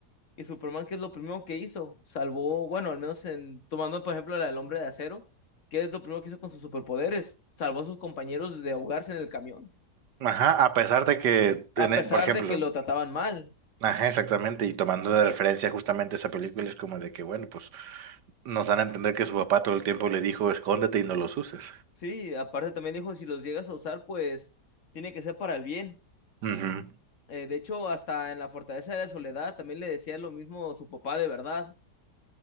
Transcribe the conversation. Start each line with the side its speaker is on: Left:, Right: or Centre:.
Left: Y Superman, ¿qué es lo primero que hizo? Salvó, bueno, al menos en, tomando por ejemplo la del hombre de acero, ¿qué es lo primero que hizo con sus superpoderes? Salvó a sus compañeros de ahogarse en el camión,
Right: Ajá, a pesar de que,
Left: a
Right: tiene-
Left: pesar
Right: por ejemplo,
Left: de que lo trataban mal.
Right: Ajá, exactamente, y tomando de referencia justamente esa película es como de que, bueno, pues nos dan a entender que su papá todo el tiempo le dijo, escóndete y no los uses.
Left: Sí, aparte también dijo, si los llegas a usar, pues tiene que ser para el bien.
Right: Ujú,
Left: Eh, de hecho, hasta en la Fortaleza de la Soledad también le decía lo mismo su papá de verdad.